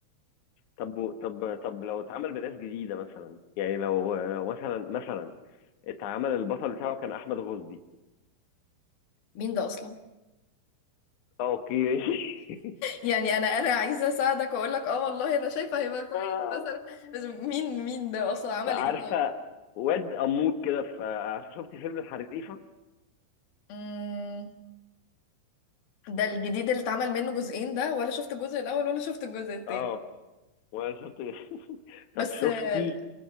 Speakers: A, on the left; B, on the left.
A: طب و- طب طب لو اتعمل بناس جديده مثلا يعني لو لو مثلا مثلا اتعمل البطل بتاعه كان احمد غزدي
B: مين ده اصلا
A: اوكي ماشي
B: يعني انا انا عايزه اساعدك واقول لك اه والله انا شايفه هيبقى كويس
A: <laughs>
B: مثلا بس مين مين ده اصلا عمل
A: فعارفه
B: ايه طيب
A: واد امور كده فعارفه شفتي فيلم الحريفه
B: مم. ده الجديد اللي اتعمل منه جزئين ده ولا شفت الجزء الاول ولا شفت الجزء التاني
A: اه وانا شفت <laughs>
B: بس
A: طب شفتي
B: آه،